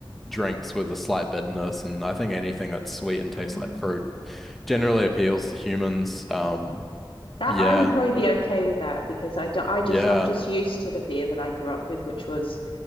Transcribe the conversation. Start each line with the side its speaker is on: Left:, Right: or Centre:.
Centre: drinks with a slight bitterness, and I think anything that's sweet and tastes
Left: Oh.
Centre: like fruit generally appeals to humans. Um,
Left: That
Centre: yeah,
Left: I would probably be okay with that because I do, I just
Centre: yeah.
Left: I'm just used to the beer that I grew up with, which was